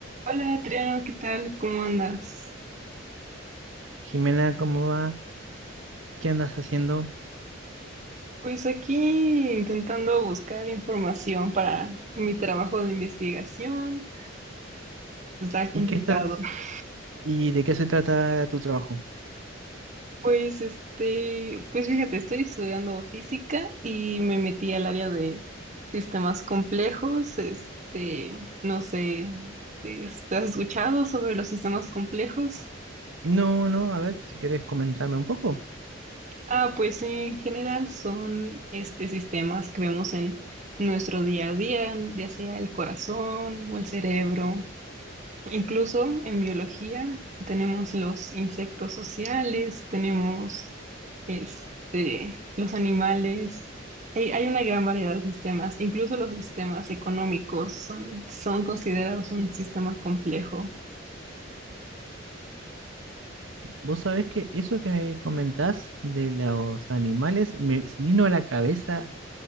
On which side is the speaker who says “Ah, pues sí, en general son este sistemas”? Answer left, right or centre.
Right